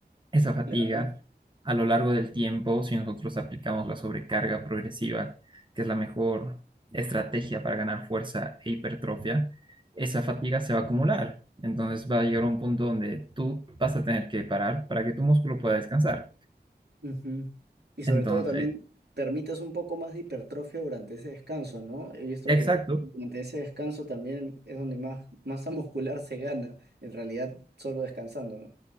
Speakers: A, on the right; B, on the right.
A: esa fatiga,
B: Claro.
A: a lo largo del tiempo, si nosotros aplicamos la sobrecarga progresiva, que es la mejor estrategia para ganar fuerza e hipertrofia, esa fatiga se va a acumular. Entonces va a llegar a un punto donde tú vas a tener que parar para que tu músculo pueda descansar.
B: Ujú. Y sobre
A: Entonces,
B: todo también permites un poco más de hipertrofia durante ese descanso, ¿no? He visto
A: exacto.
B: que durante ese descanso también es donde más masa <laughs> muscular se gana, en realidad solo descansando, ¿no?